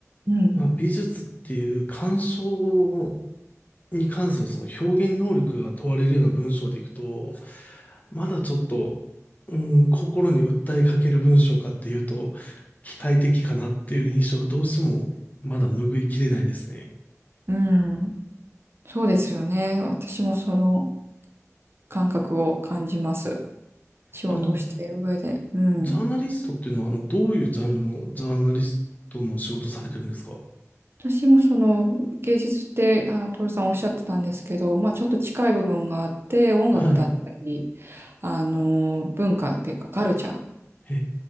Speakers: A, on the right (about 45°); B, on the left (about 30°).
A: うん。
B: まあ、美術っていう鑑賞に関するその表現能力が問われるような文章でいくと、まだちょっと、うん、心に訴えかける文章かっていうと、機械的かなっていう印象がどうしてもまだ拭いきれないですね。
A: うん。そうですよね。私もその感覚を感じます。仕事をしている上で。
B: あの、
A: うん。
B: ジャーナリストっていうのは、あの、どういうジャンルのジャーナリストの仕事されてるんですか
A: 私もその芸術って、あの、トさんおっしゃってたんですけど、まあちょっと近い部分があって、音楽だったり、
B: はい。
A: あの、文化っていうかカルチャー
B: へ